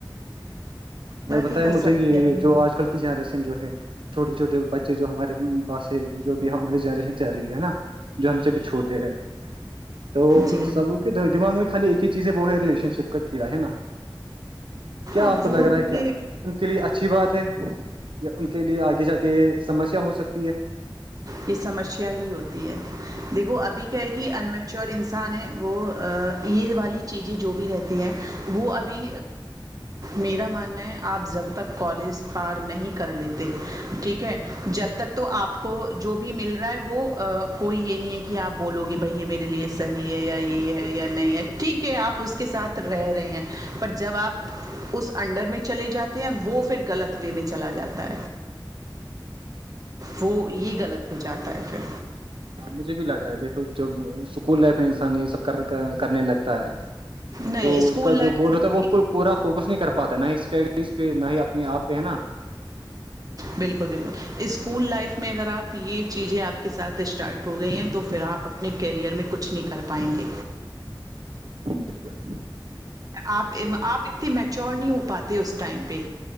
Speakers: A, on the right (about 80°); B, on the right (about 45°).
A: اور
B: باقی
A: بتائے
B: کا
A: مجھے
B: سب
A: یہ
B: کی اپنی
A: جو آج کل کی جنریشن جو ہے چھوٹے چھوٹے بچے جو ہمارے پاس جو بھی ہمارے جاں چل رہی ہے نا جو ہم سے بھی چھوٹے ہیں تو
B: جی
A: سب دماغ میں خالی ایک ہی چیز ہے وہ ہے ریشن شپ کا کیڑا ہے نا کیا
B: اب
A: آپ کو لگ
B: وہ
A: رہا
B: دیے
A: ہے کیا ان کے لیے اچھی بات ہے یا ان کے لیے آگے جا کے سمسیا ہو سکتی ہے
B: یہ سمسیا ہی ہوتی ہے دیکھو ابھی کیا ہے کہ انمٹ اور انسان ہے وہ یہ والی چیزیں جو بھی رہتی ہیں وہ ابھی
A: <inaudible>
B: میرا ماننا ہے آپ جب تک کالج پار نہیں کر لیتے ٹھیک ہے جب تک تو آپ کو جو بھی مل رہا ہے وہ کوئی یہ نہیں ہے کہ آپ بولو گے بھائی یہ میرے لیے صحیح ہے یا یہ
A: بالکل
B: ہے یا نہیں ہے ٹھیک ہے آپ اس کے ساتھ رہ رہے ہیں پر جب آپ اس انڈر میں چلے جاتے ہیں وہ پھر غلط وے میں چلا جاتا وہ یہ غلط ہو جاتا ہے پھر
A: اور مجھے بھی لگ رہا ہے دیکھو ج اسکول لائف میں انسان یہ سب کرنے لگتا ہے
B: نہیں
A: تو
B: اسکول
A: اس کا
B: لائف
A: جو گول ہوتا
B: میں
A: ہے وہ پورا فوکس نہیں کر پاتا نہ ہی اسٹڈیز پہ نہ ہی اپنے آپ پہ ہے نا <inaudible>
B: بالکل بالکل اسکول لائف میں اگر آپ یہ چیزیں آپ کے ساتھ اسٹارٹ ہو گئی ہیں تو پھر آپ اپنے کیریئر میں کچھ نہیں کر پائیں گے
A: بالکل
B: آپ آپ اتنی میچور نہیں ہو پاتے اس ٹائم پہ